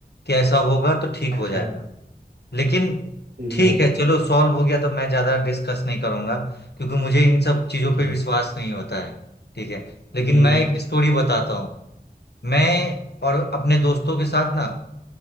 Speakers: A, on the left; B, on the right.
A: कि ऐसा होगा तो ठीक हो
B: अच्छा
A: जाएगा लेकिन
B: ठीक
A: ठीक
B: है
A: है चलो सॉल्व हो गया तो मैं ज्यादा डिस्कस नहीं करूंगा क्योंकि मुझे इन सब चीजों
B: जी
A: पे विश्वास नहीं होता है ठीक है लेकिन
B: जी
A: मैं
B: जी
A: एक स्टोरी बताता हूँ मैं और अपने दोस्तों के साथ ना